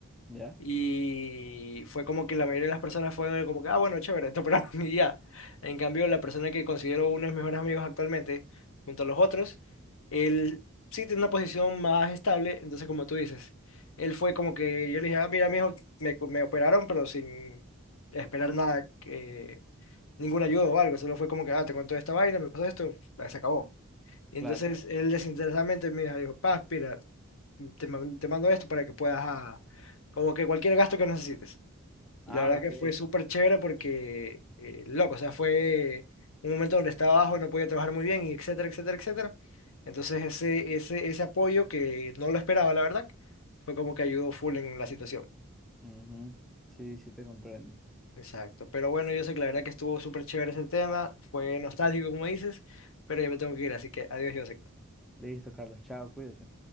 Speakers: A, in the centre; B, on the left (about 70°).
A: ya.
B: Y fue como que la mayoría de las personas fueron como que, ah, bueno, chévere, <laughs> esto para mí y ya. En cambio, la persona que considero uno de mis mejores amigos actualmente, junto a los otros, él sí tiene una posición más estable, entonces como tú dices, él fue como que yo le dije, ah, mira, mijo, me, me operaron, pero sin esperar nada, que, ningún ayuda o algo, solo fue como que, ah, te cuento esta vaina, me pasó esto, ah, se acabó. Y
A: Claro.
B: entonces él desinteresadamente me dijo, paz, mira, te, man- te mando esto para que puedas, ah, como que cualquier gasto que necesites.
A: Ah,
B: Y la verdad
A: ok.
B: que fue súper chévere porque, eh, loco, o sea, fue un momento donde estaba abajo, no podía trabajar muy bien, y etcétera, etcétera, etcétera. Entonces ese, ese, ese apoyo que no lo esperaba, la verdad, fue como que ayudó full en la situación.
A: Ujú. Sí, sí te comprendo.
B: Exacto. Pero bueno, yo sé que la verdad que estuvo súper chévere ese tema, fue nostálgico, como dices, pero ya me tengo que ir, así que adiós, José.
A: Listo, Carlos. Chao, cuídate.